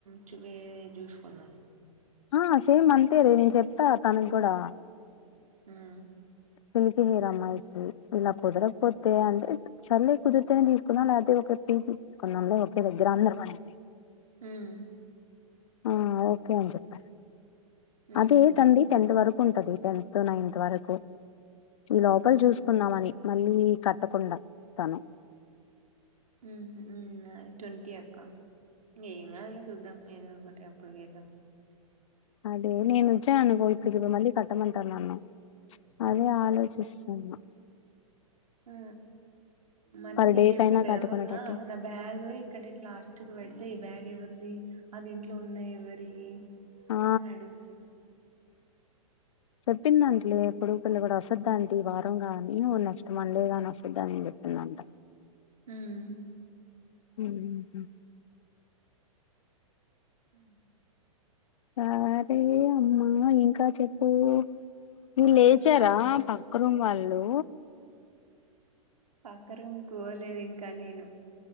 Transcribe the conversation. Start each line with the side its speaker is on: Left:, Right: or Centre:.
Right: చూప్ వేరే చూసుకుందాం
Left: ఆ సేమ్ అంతే రే నేను చెప్తా తనకు కూడా
Right: మ్మ్
Left: సిల్క్ హెయిర్ అమ్మాయికి ఇలా కుదరకపోతే అంటే సర్లే కుదిర్తేనే తీసుకున్నాం లేకపోతే ఒక పీజి తీసుకుందాంలే ఒకే దగ్గర అందరం అనింది
Right: ఉమ్
Left: ఆ ఓకే అని చెప్పను
Right: ఉమ్
Left: అదే తంది టెన్త్. వరకు ఉంట అది టెన్త్ నైన్త్ వరకు ఈ లోకల్
Right: ఉమ్
Left: చూస్ కుందామ అని మళ్ళీ కట్టకుండా తను
Right: మ్ హు అద ట్వంటీ అక్క ఏంకాదులే చూద్దాం ఏదో ఒకటి అప్పుడికి వేద్దాం
Left: అదే నేను వచ్చా అనుకో ఇప్పడికి మళ్ళీ కట్టమంటార్ నన్ను అదే ఆలోచిస్త అవును
Right: ఆ మళ్ళి
Left: పర్ డే
Right: చెప్పింది
Left: కైనా కట్టుకునేటట్టు
Right: ఏము ఉన్నా నమ్ బ్యాగ్ ఇక్కడ ఇట్ల లాస్ట్ క పెడితే ఈ బ్యాగ్ ఎవరిది అది ఇంట్లో ఉన్నాయి ఎవరి
Left: ఆ
Right: నన్ను అడుగుతున్
Left: చెప్పింద అంటలే ఎప్పుడు పిల్ల కూడా వస్తుద్ద అంటే వారం కాగాని నెక్స్ట్ మండే గాని వస్తుద్దాని అని చెప్పింద అంట
Right: మ్
Left: ఉహు
Right: ఆ
Left: సరే అమ్మా ఇంకా చెప్పు మీ లేచారా
Right: చెప్పాలి నువ్వు
Left: ప ఒక్క రూమ్ వాళ్ళు
Right: పక్క రూమ్ లోకి పోలేదు ఇంకా నేను